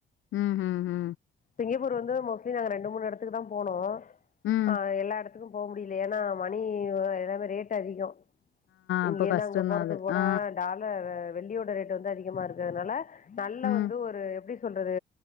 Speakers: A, on the left; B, on the left.
A: ம் ம்ம்
B: சிங்கப்பூர் வந்து மோஸ்ட்லி நாங்க ரெண்டு மூணு இடத்துக்கு தான் போனோம்
A: ம் ம்
B: ஆ எல்லா இடத்து க்கும் போக முடியல ஏன்னா மணி எல்லாமே ரேட் அதிகம் இங்க
A: அப்ப
B: இருந்து
A: கஷ்டம்
B: அங்க போறதுக்கு
A: தான் அது.
B: கூட
A: ஆ.
B: டால் வெள்ளியோட ரேட் வந்து அதிகமா இருந்துதுனால நல்ல
A: ம்.
B: வந்து ஒரு எப்படி சொல்றது